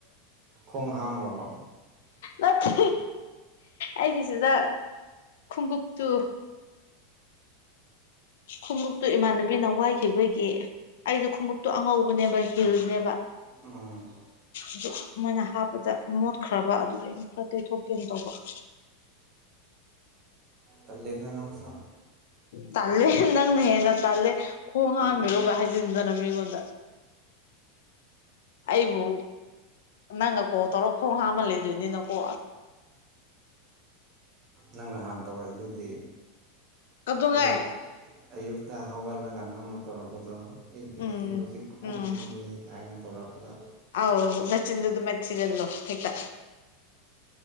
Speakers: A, on the right; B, on the left.
A: ꯈꯣꯡ ꯍꯥꯝꯃꯕꯣ
B: ꯅꯠꯇꯦ ꯑꯩꯒꯤꯁꯤꯗ ꯈꯣꯡꯒꯨꯞꯇꯨ ꯈꯣꯡꯎꯞꯇꯨ ꯏꯃꯥꯟꯅꯕꯤꯅ ꯋꯥꯏꯈꯤꯕꯒꯤ ꯑꯩꯗꯣ ꯈꯣꯡꯎꯞꯇꯣ ꯑꯉꯧꯕꯅꯦꯕ ꯍꯤꯜꯅꯦꯕ
A: ꯎꯝ
B: ꯑꯗꯨ ꯃꯣꯏꯅ ꯍꯥꯞꯄꯗ ꯃꯣꯠꯈ꯭ꯔꯕ ꯑꯗꯨꯒꯤ ꯑꯩꯟ ꯈꯔ ꯇꯩꯊꯣꯛꯀꯦꯅ ꯇꯧꯕ <inaudible>
A: ꯇꯜꯂꯦꯗ ꯅꯪꯁꯨ
B: ꯇꯜꯂꯦ ꯅꯪꯅ ꯍꯦꯟꯅ ꯇꯜꯂꯦ ꯈꯣꯡ ꯍꯥꯝꯃꯤꯔꯣ ꯀꯥꯏ ꯍꯥꯏꯖꯤꯟꯗꯅ ꯃꯤꯉꯣꯟ ꯒꯨꯜꯗ ꯑꯩꯕꯨ ꯅꯪꯅ ꯀꯣꯜ ꯇꯧꯔꯣ ꯈꯣꯡ ꯍꯥꯝꯃ ꯂꯩꯗꯣꯏꯅꯤꯅ ꯀꯣ
A: ꯅꯪ ꯅꯍꯥꯟ ꯇꯧꯔꯛꯏꯗꯨꯗꯤ
B: ꯀꯩꯗꯧꯉꯩ
A: ꯑꯌꯨꯛ ꯑꯌꯨꯛꯇ ꯍꯧꯒꯠꯂꯒ ꯅꯪꯅ ꯇꯧꯔꯛꯄꯗꯣ ꯑꯩꯒꯤ
B: ꯎꯝ
A: ꯑꯩ ꯍꯧꯖꯤꯛ ꯈꯣꯡ
B: ꯎꯝ
A: ꯍꯥꯝꯃꯤꯌꯦ ꯀꯥꯏꯅ ꯇꯧꯔꯛꯄꯗ
B: ꯑꯥꯎ ꯅꯆꯤꯟꯗꯨ ꯑꯗꯨꯃꯥꯏ ꯊꯤꯖꯤꯜꯂꯨ ꯍꯦꯛꯇ